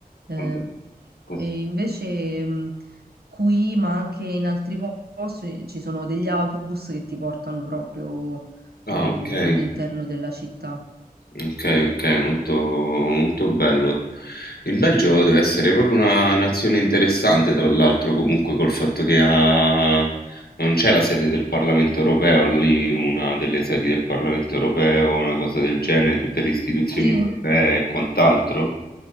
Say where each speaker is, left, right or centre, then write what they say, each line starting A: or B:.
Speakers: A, on the right; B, on the left.
A: Ehm,
B: Vabbè, questo-
A: e invece mh, qui, ma anche in altri po- posti, ci sono degli autobus che ti portano proprio
B: Ah,
A: ehm,
B: ok,
A: all'interno della città.
B: Ok, ok, molto, molto bello. Il Belgio deve essere proprio una nazione interessante, tra l'altro, comunque col fatto che ha... non c'è la sede del Parlamento europeo lì, una delle sedi del Parlamento europeo, una cosa del genere, tutte le istituzioni
A: Sì,
B: europee e quant'altro,